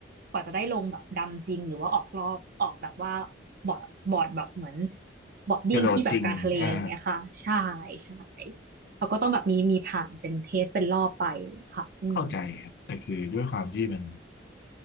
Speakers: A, on the right (about 55°); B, on the left (about 60°).
A: กว่าจะได้ลงแบบดำจริงหรือว่าออกรอบออกแบบว่าบอร์ดบอร์ดแบบเหมือนบอร์ดดิ้งที่แบบกลางทะเลอะไรเงี้ยค่ะใช่
B: กระโดดจริงอ่า
A: ใช่เขาก็ต้องแบบมีมีผ่านเป็นเทสเป็นรอบไปค่ะอืม
B: เข้าใจครับแต่คือด้วยความที่มัน